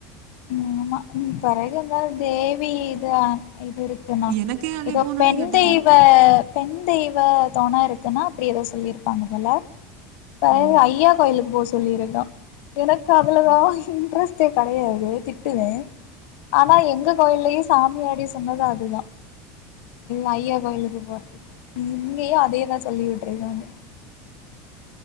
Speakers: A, on the left; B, on the right.
A: ம் ஆமா பெறகு இந்த தேவி இதா இது இருக் <unintelligible>
B: எனக்கே அன்னை
A: இதோ
B: போனோடனே
A: பெண்
B: கேட்டாரு
A: தெய்வ பெண் தெய்வ தொண இருக்குன அப்டி ஏதோ சொல்லியிருப்பாங்க போல ஆ
B: ம்.
A: ஐயா கோயிலுக்கு போ சொல்லியிருக்கா எனக் அதுல தா
B: ம்.
A: இன்ட்ரெஸ்ட்டே கெடையாதே திட்டுவேன் ஆனா எங்க கோயிலயே சாமியாடி சொன்னது அதுதா ஐயா கோயிலுக்கு போறதுக்கு இங்கேயும் அதே தா சொல்லிட்டுருக்காங்க